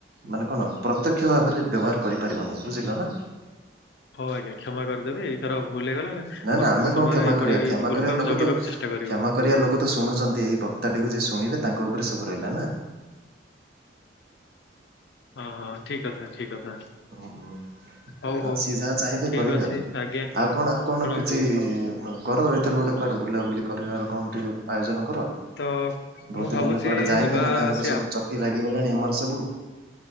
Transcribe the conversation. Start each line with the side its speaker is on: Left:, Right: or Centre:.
Right: ମାନେ କଣ ପ୍ରତ୍ୟକ୍ଷ ଭାବରେ ବ୍ୟବହାର କରିପାରିବ ନାହିଁ ବୁଝିଲ ନା।
Left: ହଉ ଆଜ୍ଞା କ୍ଷମା କରିଦେବେ। ଏଇଥର ଭୁଲ୍ ହେଇଗଲା।
Right: ନା
Left: ପରବର୍ତ୍ତୀ
Right: ନା, ଆମେ
Left: ସମୟରେ
Right: କଣ କ୍ଷମା
Left: ଏପରି
Right: କରିବା, କ୍ଷମା
Left: ଭୁଲକୁ
Right: କରିବା
Left: ଆମେ
Right: ଲୋକ
Left: ଜଗିବାକୁ
Right: ତ କ୍ଷମା
Left: ଚେଷ୍ଟା କରିବୁ
Right: କରିବା ଲୋ ଲୋକ ତ ଶୁଣୁଛନ୍ତି, ଏଇ ବକ୍ତା ଟିକୁୁ ଯିଏ ଶୁଣିବେ ତାଙ୍କ ଉପରେ ସବୁ ରହିଲା ନା।
Left: ହଁ ହଁ, ଠିକ୍ କଥା ଠିକ୍ କଥା।
Right: ହୁଁ ଉଁ।
Left: ହଉ
Right: ଆଉ
Left: ହଉ
Right: ସିଏ ଯାହା ଚାହିଁବେ
Left: ଠିକ
Right: କରିବେ
Left: ଅଛି
Right: ଆଉ।
Left: ଆଜ୍ଞା
Right: ଆଉ କଣ, ଆଉ କଣ
Left: ଶୁଣନ୍ତୁ
Right: କିଛି କର, ଏଇଥର ଗୋଟେ କୁଆଡେ ବୁଲାବୁଲି କରିବା କଣ ଟିକେ ଆୟୋଜନ କର।
Left: ତ
Right: ବୋହୁତ୍
Left: ମୁଁ ଭାବୁଛି
Right: ଦିନ୍ ହେଲେ କୁଆଡେ ଯାଇନେ
Left: ଯିବା
Right: ମାନେ ଆମର
Left: ସେ
Right: ସବୁ
Left: ଆ
Right: ଚକି ଲାଗିଗଲାଣି ଆମର ସବୁ।